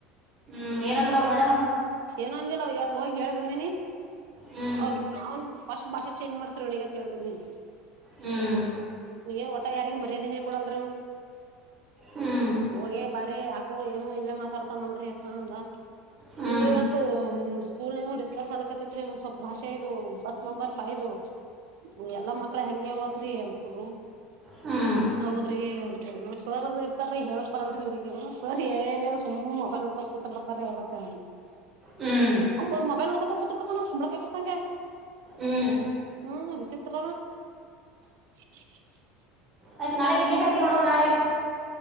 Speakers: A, on the right; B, on the right.
A: ಹ್ಮ್ ಏನಂದ್ರ
B: ಮ
A: ಅವ್ರ ಮೇಡಮ್
B: ಏನ ಅಂದಿಲ್ಲ ಯ ಹೋಗಿ ಹೇಳ್ ಬಂದೀನಿ
A: ಹ್ಮ್
B: ಅವ್ರ ಅವನ್ ಫಸ್ಟ್ ಭಾಷೆ ಚೇಂಜ್ ಮಾಡ್ಸ್ರಗತ್ತ ಹಳ್ ಬಂದೀನಿ
A: ಹ್ಮ್
B: ನೀ ಒಟ ಯಾರಿಗ ಮರ್ಯದಿನ ಕೊಡಲ್
A: ಹ್ಮ್
B: ಹೋಗೆ ಬಾರಿ ಆ ಏನೋ ಇವ ಮಾತಾಡ್ತಾವ ನೋಡ್ರಿ ಯತ್ನ ಅಂದ
A: ಹ್ಮ್
B: ಇಲ್ರಿ ಇವತ್ತು ಕಕೂಲ್ ಡಿಸ್ಕಸ್ ಆಲಕತ್ರಿ ಸ್ವಲ್ಪ ಭಾಷೆ ಇದು ಬಸ್ ನಂಬರ್ ಫೈ್ ಇದು ಎಲ್ಲಾ ಮಕ್ಳ ಹೆಂಗಗೆ ತ್ರಿಂತ ಹ
A: ಹ್ಮ್
B: ಹೌದ್ರಿ ಸರ್ ಅದು ಇರ್ತಾರೀ ಹೇಳಕ್ ಬರಲ್ರಿ ಅವ್ರರಿಗೆ ಸರ್ ಸು್ ಮೊಬೈಲ್ ನೋಡ್ಕೋ ಕೂತ ಬಿಡರ ಬರತ್ತೆ
A: ಹ್ಮ್
B: ಅವ ಮೊಬೈಲ್ ನೋಡ್ಕತೂ ಬಿಡ್ತಾನ ಕುಂಬಳಕ ಕೊತಂಗ
A: ಹ್ಮ್
B: ಹ್ಮ ವಿಚಿತ್ರ ಹ್ಮ <inaudible>
A: ಆಯ್ತ್ ನಾಳೆಗ್ ಇಡ್ಲಿ ಹಾಕಿ ನೋಡುವ ನಾರೆ